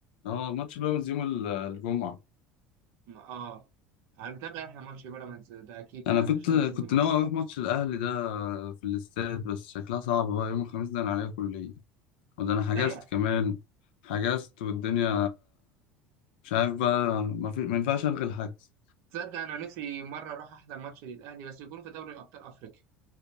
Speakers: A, on the left; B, on the right.
A: اه ماتش بيراميدز يوم ال- الجمعة
B: ما- اه هنتابع احنا ماتش بيراميدز ده اكيد
A: أنا
B: يعني
A: كنت
B: عشان نشوف
A: كنت
B: مين يكسب
A: ناوي أروح ماتش الأهلي ده في الاستاد بس شكلها صعب بقى يوم الخميس ده أنا عليا كلية وده انا حجزت
B: لا يعني
A: كمان حجزت والدنيا مش عارف بقى ما في ما ينفعش الغي الحجز
B: تصدق انا نفسي مره اروح احضر ماتش للاهلي بس يكون في دوري ابطال افريقيا